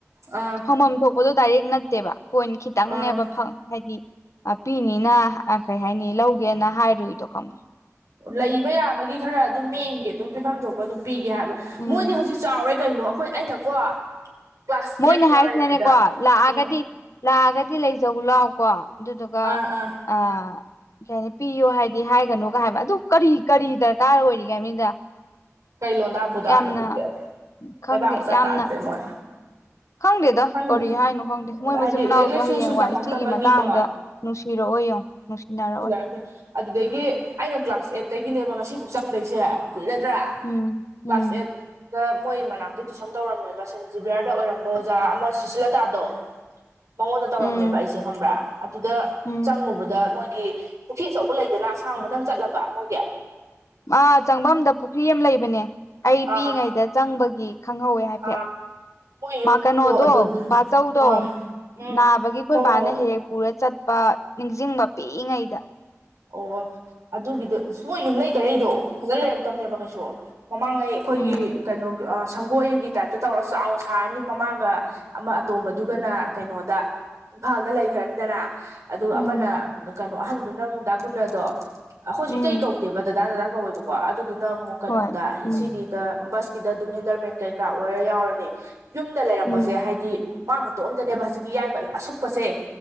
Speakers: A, on the right; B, on the left.
A: ꯑꯥ
B: ꯐꯪꯐꯝ ꯊꯣꯛ ꯑꯣꯗꯣ ꯗꯥꯏꯔꯦꯛ ꯅꯠꯇꯦꯕ ꯄꯣꯏꯟ ꯈꯤꯇꯪꯅꯦꯕ
A: ꯑꯥ
B: ꯐꯪ ꯍꯥꯏꯗꯤ ꯑ ꯄꯤꯅꯤꯅ ꯑꯥ ꯀꯩ ꯍꯥꯏꯅꯤ ꯂꯧꯒꯦꯅ ꯍꯥꯏꯔꯨꯏꯗꯣ ꯈꯪꯕ
A: ꯂꯩꯕ ꯌꯥꯕꯒꯤ ꯈꯔ ꯑꯗꯨꯝ ꯃꯤ ꯑꯝꯒꯤ ꯑꯗꯨꯝ ꯄꯤꯐꯝ ꯊꯣꯛꯄ ꯑꯗꯨꯝ ꯄꯤꯒꯦ ꯍꯥꯏꯕ
B: ꯎꯝ
A: ꯃꯣꯏꯗꯤ ꯍꯧꯖꯤꯛ ꯆꯥꯎꯔꯦ ꯀꯩꯅꯣ ꯑꯩꯈꯣꯏ ꯑꯩꯅꯀꯣ ꯀ꯭ꯂꯥꯁ
B: ꯃꯣꯏꯅ
A: ꯑꯦꯠ ꯀꯥꯔꯤꯉꯩꯗ
B: ꯍꯥꯏꯁꯤꯅꯅꯦꯀꯣ ꯂꯥꯛꯑꯒꯗꯤ
A: ꯎꯝ
B: ꯂꯥꯛꯑꯒꯗꯤ ꯂꯩꯖꯧ ꯂꯥꯛꯑꯣꯀꯣ ꯑꯗꯨꯗꯨꯒ
A: ꯑꯥ ꯑꯥ
B: ꯑ ꯀꯩ ꯍꯥꯏꯅꯤ ꯄꯤꯌꯣ ꯍꯥꯏꯗꯤ ꯍꯥꯏꯒꯅꯨꯒ ꯍꯥꯏꯕ ꯑꯗꯨ ꯀꯔꯤ ꯀꯔꯤ ꯗꯔꯀꯥꯔ ꯑꯣꯏꯔꯤꯒꯦ ꯍꯥꯏꯝꯅꯤꯗ
A: ꯀꯩ ꯂꯣꯟꯗꯥ ꯄꯨꯗꯥꯅꯣ
B: ꯌꯥꯝꯅ
A: ꯑꯗꯨꯗꯤ
B: ꯈꯪꯗꯦ
A: ꯂꯩꯕꯥꯛ ꯃꯆꯥ
B: ꯌꯥꯝꯅ
A: ꯇꯥꯗ꯭ꯔꯦ ꯃꯣꯏ
B: ꯈꯪꯗꯦꯗ
A: ꯈꯪ
B: ꯀꯔꯤ ꯍꯥꯏꯅꯣ ꯈꯪꯗꯦ ꯃꯣꯏ
A: ꯍꯥꯏꯗꯤ
B: ꯃꯆꯤꯟ ꯃꯅꯥꯎꯁꯨ
A: ꯂꯥꯏꯔꯤꯛ ꯂꯥꯏꯁꯨꯁꯨ
B: ꯍꯌꯦꯡ
A: ꯇꯝꯃꯛꯇꯕꯒꯤꯀꯣ
B: ꯋꯥꯏ ꯁꯤꯒꯤ ꯃꯇꯥꯡꯗ ꯅꯨꯡꯁꯤꯔꯛꯑꯣꯏ ꯌꯦꯉꯨ ꯅꯨꯡꯁꯤꯅꯔꯛꯑꯣꯏ
A: ꯑꯣꯀꯦ ꯑꯗꯨꯗꯒꯤ ꯑꯩꯅ ꯀ꯭ꯂꯥꯁ ꯑꯦꯠꯇꯒꯤꯅꯦꯕ ꯉꯁꯤꯐꯥꯎ ꯆꯪꯗꯩꯁꯦ ꯀꯨꯏꯔꯗ꯭ꯔꯥ
B: ꯎꯝ꯫
A: ꯀ꯭ꯂꯥꯁ
B: ꯎꯝ
A: ꯑꯦꯠ ꯗ ꯃꯣꯏ ꯃꯅꯥꯛꯇ ꯇꯨꯏꯁꯟ ꯇꯧꯔꯝꯃꯦꯕ ꯁꯦꯟ ꯖꯤꯕꯤꯌꯔꯗ ꯑꯣꯏꯔꯝꯕ ꯑꯣꯖꯥ ꯑꯃ ꯁꯨꯁꯤꯜꯂꯇꯥꯗꯣ ꯃꯉꯣꯟꯗ ꯇꯧꯔꯝꯃꯦꯕ
B: ꯎꯝ
A: ꯑꯩꯁꯦ ꯈꯪꯕ꯭ꯔꯥ ꯑꯗꯨꯗ
B: ꯎꯝ
A: ꯆꯪꯉꯨꯕꯗ ꯃꯣꯏꯒꯤ ꯄꯨꯈ꯭ꯔꯤ ꯑꯆꯧꯕ ꯂꯩꯗꯅ ꯑꯁꯥꯡꯕ ꯅꯪ ꯆꯠꯂꯕ ꯃꯣꯏꯒꯤ
B: ꯑꯥ ꯆꯪꯐꯝꯗ ꯄꯨꯈ꯭ꯔꯤ ꯑꯃ ꯂꯩꯕꯅꯦ ꯑꯩ
A: ꯑꯥ
B: ꯄꯤꯛꯏꯉꯩꯗ ꯆꯪꯕꯒꯤ ꯈꯪꯍꯧꯋꯦ ꯍꯥꯏꯐꯦꯠ
A: ꯑꯥ ꯃꯣꯏ ꯌꯨꯝꯒꯤꯗꯣ
B: ꯃꯥ ꯀꯩꯅꯣꯗꯣ
A: ꯑꯗꯨ
B: ꯕꯥꯆꯧꯗꯣ
A: ꯑꯥ ꯎꯝ
B: ꯅꯥꯕꯒꯤ ꯑꯩꯈꯣꯏ
A: ꯍꯣ
B: ꯕꯥꯅ
A: ꯍꯣ
B: ꯍꯦꯛ ꯍꯦꯛ ꯄꯨꯔ ꯆꯠꯄ ꯅꯤꯡꯁꯤꯡꯕ ꯄꯤꯛꯏꯉꯩꯗ
A: ꯑꯣ ꯑꯗꯨꯒꯤꯗꯣ ꯁꯨꯝ ꯃꯣꯏ ꯌꯨꯝꯂꯩ ꯀꯔꯩꯗꯣ ꯐꯖꯅꯥ ꯂꯩꯔꯛꯇꯕꯅꯦꯕ ꯀꯩꯁꯨ ꯃꯃꯥꯡꯉꯩ ꯑꯩꯈꯣꯏꯒꯤ
B: ꯎꯝ
A: ꯀꯩꯅꯣꯒꯤ ꯁꯪꯒꯣꯏꯒꯤ ꯇꯥꯏꯞꯇ ꯇꯧꯔ ꯆꯥꯎꯅ ꯁꯥꯔꯅꯤ ꯃꯃꯥꯒ ꯑꯃ ꯑꯇꯣꯝꯕꯗꯨꯒꯅ ꯀꯩꯅꯣꯗ ꯏꯝꯐꯥꯜꯗ ꯂꯩꯈ꯭ꯔꯥꯅꯤꯗꯅ ꯑꯗꯨꯒ
B: ꯎꯝ
A: ꯑꯃꯅ ꯑ ꯀꯩꯅꯣ ꯑꯍꯥꯟꯗꯨꯅ ꯑꯃꯨꯛ ꯗꯥ ꯒꯨꯟꯅꯗꯣ ꯑꯩꯈꯣꯏꯁꯨ
B: ꯎꯝ
A: ꯏꯇꯩ ꯀꯧꯗꯦꯕ ꯗꯗꯥ ꯗꯗꯥ ꯀꯧꯋꯦꯕꯀꯣ ꯑꯗꯨꯗꯨꯅ ꯑꯃꯨꯛ ꯀꯩꯅꯣꯗ
B: ꯍꯣꯏ ꯎꯝ
A: ꯁꯤꯒꯤ ꯇ ꯕꯁꯀꯤꯗ ꯑꯗꯨꯝ ꯍꯦꯟꯗꯜꯃꯦꯟ ꯀꯩꯀꯥ ꯑꯣꯏꯔ ꯌꯥꯎꯔꯅꯤ ꯌꯨꯝꯗ ꯂꯩꯔꯛꯄꯁꯦ
B: ꯎꯝ
A: ꯍꯥꯏꯗꯤ ꯃꯥ ꯃꯇꯣꯝꯇꯅꯦꯕ ꯍꯧꯖꯤꯛꯀꯤ ꯌꯥꯏꯃꯥ ꯑꯁꯨꯛꯄꯁꯦ